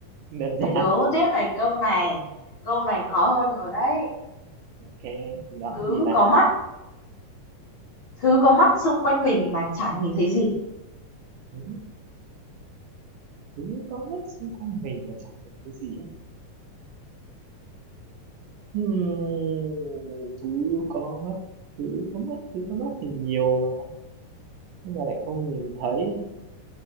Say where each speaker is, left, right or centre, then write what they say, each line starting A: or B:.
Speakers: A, on the right; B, on the left.
A: đơn giản
B: để đố tiếp này câu này câu này khó hơn rồi đấy
A: Ok, đó
B: thứ
A: thì là
B: có mắt thứ có mắt xung quanh mình mà chẳng nhìn thấy gì
A: thứ, thứ có mất xung quanh mình và chẳng được cái gì á. Hmm, thứ có mất, thứ có mất, thứ có mất thì nhiều mà, nhưng mà lại không nhìn thấy.